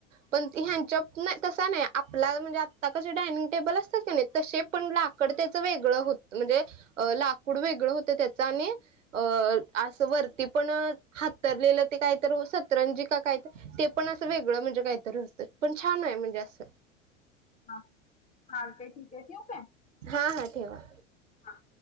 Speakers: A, on the right; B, on the left.
A: पण ह्यांच्या प नाही तसा नाही आपला म्हणजे आत्ता कसे डायनिंग टेबल असतात कणी तसे पण लाकड त्याच वेगळं हो म्हणजे लाकूड वेगळं होतं त्याच आणि अं असं वरती पण हातरलेलं ते काय तर सतरंजी का काय ते ते पण असं वेगळं म्हणजे काहीतरी होतय, पण छान आहे म्हणजे अस.
B: हा चालतंय. ठीक आहे. ठेऊ काय?
A: हा हा ठेवा.
B: हा